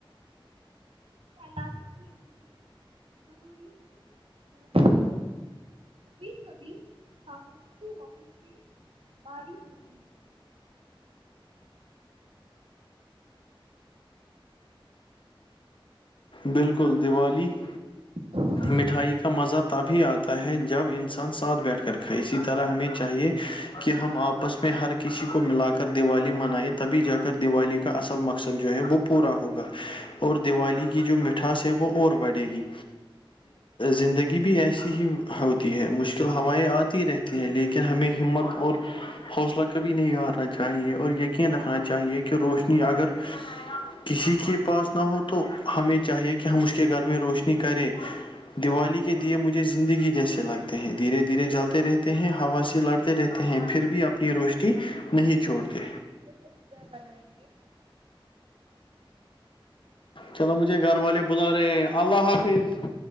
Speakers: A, on the right; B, on the left.
A: پلانے کے لیے ی نہیں کہ ساہ کبھی کبھی خاموشی روحنی سے باری ہوتی ہے
B: بالکل دیوالی
A: <unintelligible>
B: مٹھائی کا مزہ تبھی آتا ہے جب انسان ساتھ بیٹھ کر کھائے اسی طرح ہمیں چاہیے کہ ہم آپس میں ہر کسی کو ملا کر دیوالی منائیں تبھی جا کر دیوالی کا اصل مقصد جو ہے وہ پورا ہوگا اور دیوالی کی جو مٹھاس ہے وہ اور بڑھے گی زندگی بھی ایسی ہی ہوتی ہے مشکل ہوائیں آتی رہتی ہے لیکن ہمیں ہمت اور حوصلہ کبھی نہیں ابھارنا چاہیے اور یقین رکھنا چاہیے کہ روشنی اگر کسی کے پاس نہ ہو تو ہمیں چاہیے کہ ہم اس کے گھر میں روشنی کریں دیوالی کے مھ زندگی جیسے لگتے ہیں دھیرے دھیرے جلتے رہتے ہیں ہوا سے لڑتے رہتے ہیں پھر بھی اپنے اپنی روشنی نہیں چھوڑتے
A: اظر بنائیں گے
B: چلو مجھے گھر والے بلا رہے ہیں اللہ حافظ